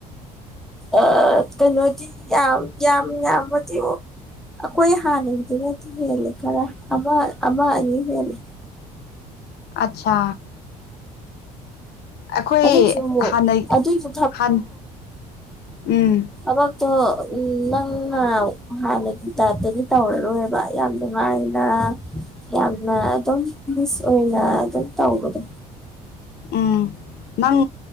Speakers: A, in the centre; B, on the left.
A: ꯑ ꯀꯩꯅꯣꯗꯤ ꯌꯥꯝ ꯌꯥꯝ ꯌꯥꯝꯗꯤ ꯑꫭꯏ ꯑꯩꯈꯣꯏ ꯍꯥꯟꯅꯒꯤꯗꯨꯅꯗꯤ ꯍꯦꯜꯂꯦ ꯈꯔ ꯑꯃ ꯑꯃ ꯑꯅꯤ ꯍꯦꯜꯂꯦ
B: ꯑꯠꯁꯥ ꯑꯩꯈꯣꯏ
A: ꯑꯗꯨꯏꯁꯨ ꯑꯃꯨꯛ
B: ꯍꯥꯟꯅ
A: ꯑꯗꯨꯏꯁꯨ
B: ꯍꯥꯟ ꯎꯝ
A: ꯊꯕꯛꯇꫭ ꯎꯝ ꯅꯪꯅ ꯍꯥꯟꯅꯒꯤ ꯇꯥꯏꯞꯇꯗꯤ ꯇꯧꯔꯔꯣꯏꯕ ꯌꯥꯝ ꯅꯨꯡꯉꯥꯏꯅ ꯌꯥꯝꯅ ꯑꯗꯨꯝ ꯃꯤꯁ ꯑꯣꯏꯅ ꯑꯗꯨꯝ ꯇꯧꯕꯗꯣ
B: ꯎꯝ ꯅꯪ